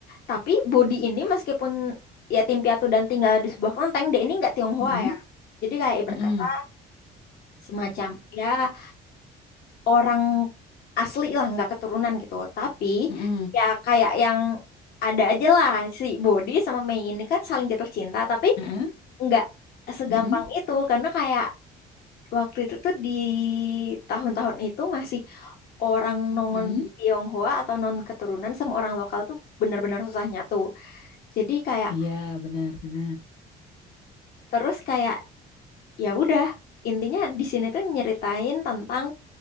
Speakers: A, on the left; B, on the left.
A: Tapi Bodi ini meskipun ya tim piatu dan tinggal di sebuah kelenteng, dia ini nggak Tionghoa
B: hmm,
A: ya. Jadi kayak ibarat
B: hmm,
A: kata semacam ya orang asli lah nggak keturunan gitu. Tapi
B: hmm.
A: ya kayak yang ada aja lah si Bodi sama Mei ini kan saling jatuh cinta, tapi
B: Heeh,
A: nggak segampang
B: heeh,
A: itu karena kayak waktu itu tuh di tahun-tahun itu masih orang non
B: heeh.
A: Tionghoa atau non keturunan sama orang lokal tuh benar-benar susah nyatu. Jadi kayak
B: Iya benar-benar.
A: terus kayak ya udah intinya di sini tuh nyeritain tentang